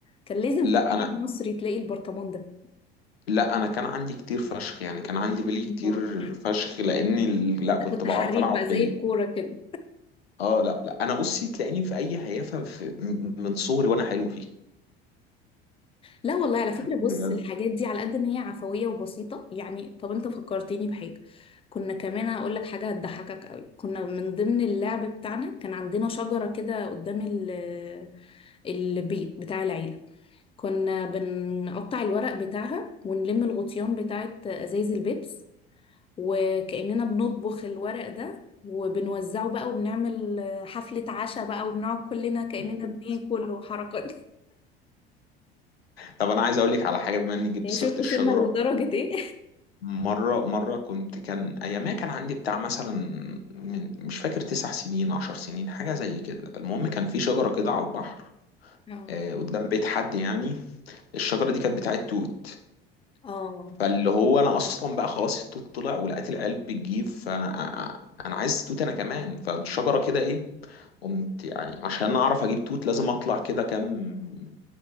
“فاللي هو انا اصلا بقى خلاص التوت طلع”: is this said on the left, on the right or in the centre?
Left